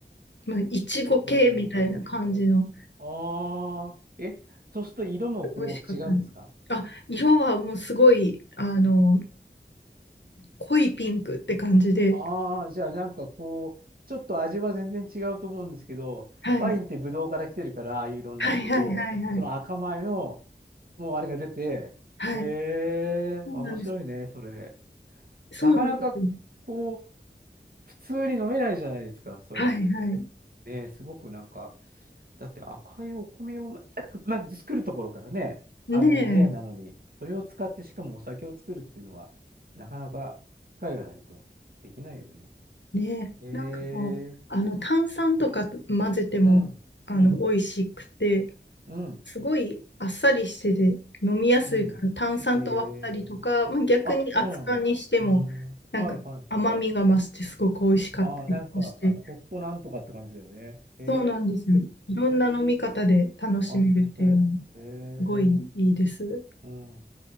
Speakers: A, on the left; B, on the right.
A: まあ、いちご系みたいな感じの、
B: おー、あー、え、そうすると色もこう違うんですか
A: 美味しかったです。あ、色はもうすごい、あの、濃いピンクって感じで、
B: ああ、じゃあなんかこう、ちょっと味は全然違うと思うんですけど、
A: はい、
B: ワインってブドウから来てるから、ああいう色になるけど、
A: はいはいはいはい。
B: その赤米の、もうあれが出て、
A: はい。
B: へえ、
A: そうなんです。
B: 面白いね、それ。
A: そうなんですよ。
B: なかなかこう、普通に飲めないじゃないですか、そういうのって。
A: はいは
B: ねえ、すごくなんか、だって赤いお米をま、<coughs> <laughs> まず作るところからね、
A: い。
B: あの、
A: ねえ。
B: レアなのに、それを使ってしかもお酒を作るっていうのは、なかなか機会がないとできないよね。
A: ねえ、
B: ええ
A: なんかこう、あの炭酸とか混ぜてもあの美味しくて、
B: うん、うん、うん、
A: すごいあっさりしてて飲みやすいから炭酸と割ったりとか、
B: うん。ええ
A: まあ、逆に熱燗にしてもなんか甘みが増してすごく美味しかったりとかして、
B: あ、そうなんだ。うーん。はいはいはい。あー、なんか、あ、ホットなんとかって感じだよね。へ
A: そうなんですよ。いろんな飲み方で楽しめるっていうのも
B: え。あ、ほんと。へえ。
A: すごいいいです。
B: うん。